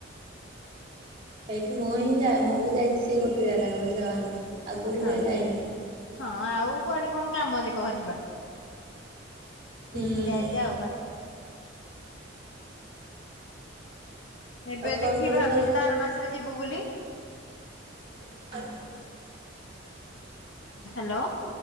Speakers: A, on the right; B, on the left.
A: ସେଇଠି ମୁଁ ହିଁ ଯା ମୁଁ ବି ଯାଇଛି ସେଇ ଗୋଟେ ଜାଗା ଓଡ଼ିଶା ବାହାରକୁ। ଆଉ କୋଉଠି
B: ହଁ
A: କେବେ ଯାଇନି।
B: ହଁ ଆଉ କୁଆଡ଼େ କଣ କାମ ଯେ କହ ଯିବା। ସେଇଠି
A: ହୁଁ
B: କି ଯାଇଚି ଆଉ ଏବେ
A: ଆଉ କଣ
B: ଦେଖିବା
A: ତୋତେ
B: ଭାବିଛୁ
A: ସବୁ
B: ତ ଆର ମାସରେ ଯିବୁ ବୋଲି।
A: <unintelligible>
B: ହ୍ୟାଲୋ